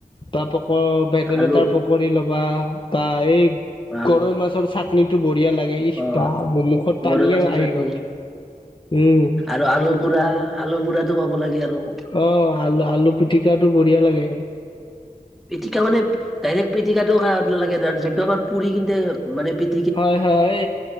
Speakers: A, on the left (about 30°); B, in the centre.
A: বা পকৰ ভেদাইলতাৰ
B: আলু
A: পকৰি ল'বা বা এই
B: বা
A: গৰৈ মাছৰ চাটনিটো বঢ়িয়া লা গে ইহ
B: অ
A: বা, মুখত পানীয়ে
B: গৰৈ মাছৰ
A: আহি
B: চাটনি
A: গ'ল। উম।
B: আৰু আলু পুৰা, আলু পুৰাটো পাব লাগে আৰু।
A: অঁ, আলু, আলু পিটিকাটো বঢ়িয়া লাগে।
B: পিটিকা মানে, ডাইৰেক্ট পিটিকাটো খায় সোৱাদ নালাগে, যোনটো আমাৰ পুৰি কিনে মানে পি
A: হয় হয়,